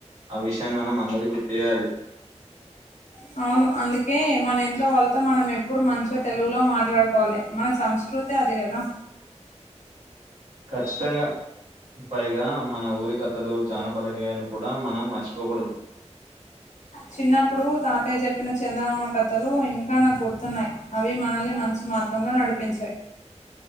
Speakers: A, on the right; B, on the left.
A: ఆ విషయాన్ని మనం అందరికి గుర్తు చేయాలి
B: మ అవును అందుకే మన ఇంట్లో వాళ్ళతో మనం ఎప్పుడు మంచిగా తెలుగులో మాట్లాడుకోవాలి మన సంస్కృ ్రతి అది కదా
A: ఖచ్చితంగా పైగా మన ఊరికథలు జానపదగేయాలను కూడా మనం మర్చిపోకూడదు
B: చిన్నప్పుడు తాతయ్య చెప్పిన చందమామ కథలు ఇంకా నాకు గుర్తున్నాయి అవి మనల్ని మం మార్గంలో నడిపించాయి